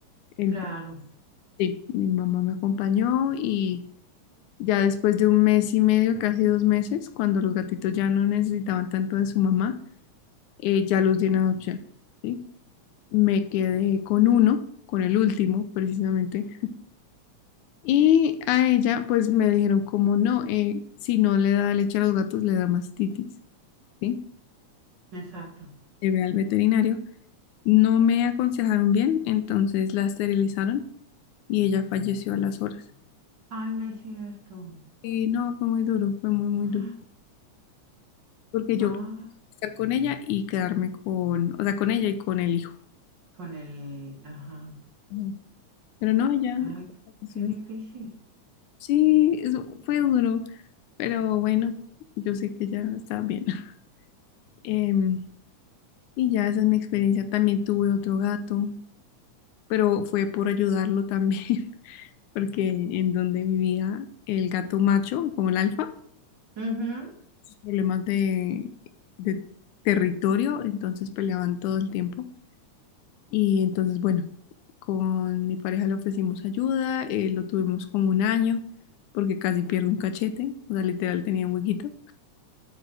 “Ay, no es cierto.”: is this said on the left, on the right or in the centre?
Right